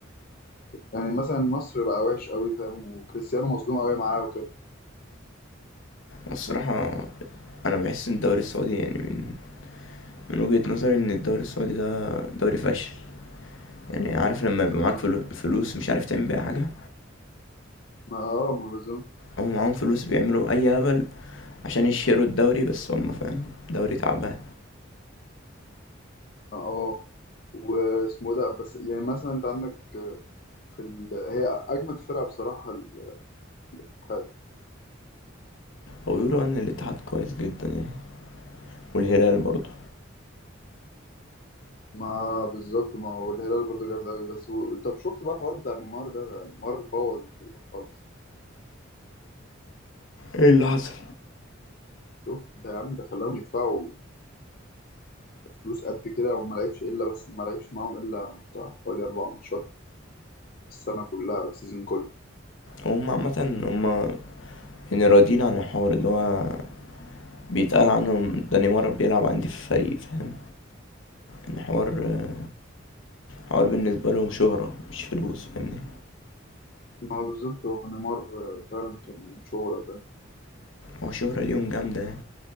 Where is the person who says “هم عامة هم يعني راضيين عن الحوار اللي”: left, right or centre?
Left